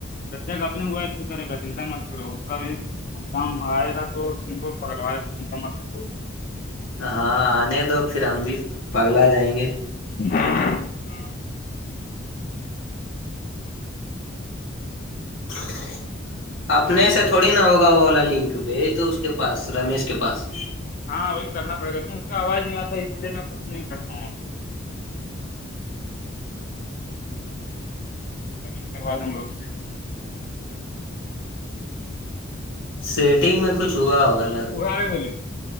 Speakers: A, on the left; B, on the left.
A: ست اپنے بھی کرے گا چنتا مت کرورو اس کا بھی کام آئے گا تو ت کو فوائے گ کا مت کر
B: ہاں آنے دو پھر ہم بھی پگلا جائیں گے
A: <unintelligible>
B: <inaudible> اپنے
A: ہاں
B: سے تھوڑی نا ہوگا وہ والا لنک بھیج دووں اس کے پاس رمیش کے پاس
A: ہاں وہی کرنا پڑے گا لیک اس کا آواز نہیں آتا اس لیے میں کچھ نہیں کرتا نگ کرواد گست
B: سیٹنگ میں کچھ ہوا ہوگاا
A: اگاڑ ہے بولو